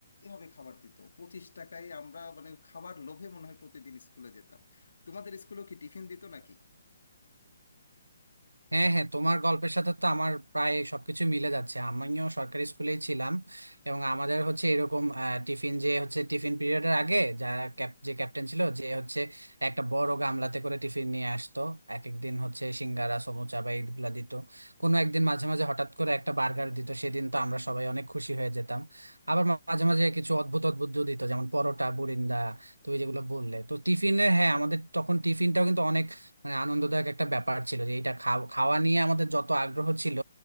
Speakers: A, on the left; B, on the right.
A: এভাবে খাবার দিত পঁচিশ টাকায় আমরা মানে খাবার লোভে মনে হয় প্রতিদিন স্কুলে যেতাম তোমাদের স্কুলেও কি টিফিন দিত নাকি
B: হ্যাঁ হ্যাঁ তোমার গল্পের সাথে তো আমার প্রায় সবকিছু মিলে যাচ্ছে আমিও সরকারি স্কুলেই ছিলাম এবং আমাদের হচ্ছে এরকম আহ, টিফিন যে হচ্ছে টিফিন পিরিয়ডের আগে যারা ক্যাপ যে ক্যাপ্টেন ছিল যে হচ্ছে একটা বড় গামলাতে করে টিফিন নিয়ে আসতো এক একদিন হচ্ছে সিঙ্গারা সমুচা বা এইগুলা দিত কোনো একদিন মাঝে মাঝে হঠাৎ করে একটা বার্গার দিত সেদিন তো আমরা সবাই অনেক খুশি হয়ে যেতাম আবার মা- মাঝে মাঝে কিছু অদ্ভুত অদ্ভুত দিত যেমন পরোটা বুরিন্দা তুমি যেগুলো বললে তো টিফিনে হ্যাঁ আমাদের তখন টিফিনটাও কিন্তু মানে আনন্দদায়ক একটা ব্যাপার ছিল যে এটা খাও- খাওয়া নিয়ে আমাদের যত আগ্রহ ছিল